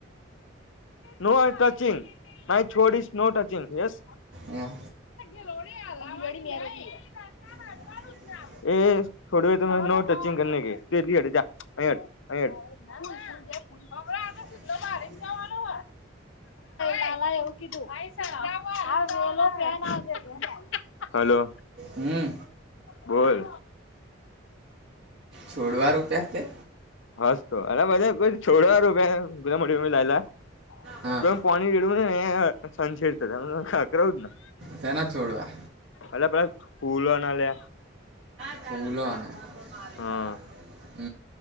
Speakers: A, on the left; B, on the right.
A: નો ટચિંગ નઈ છોડીશ નો ટચિંગ યસ.
B: એં
A: <unintelligible>
B: <inaudible>
A: એએ થોડવે તો નો ટચિંગ કરને કી, ફીર ભી અડે જા અઈ અડ-અઈ અડ. ના હમણાં આવે.
B: <inaudible>
A: કોનુ એ? લાલા એ એવુ કીધું. આઈ સાબ, ક્યાં ઉઆ. બોલો પેન આવ હલો
B: હમ
A: બોલ.
B: છોડવા રોપ્યા તે.
A: હસ તો અને બધા કો છોડવા રોપે ગુળા મોટી મમ્મી લાયલા.
B: હા
A: તો એમ પોણી રેડવું ને અ છછેરતા રે તો ખખરાવુ જ ને.
B: સેના છોડવા.
A: અલા પેલા ફૂલોના લે.
B: ફુલોના.
A: હા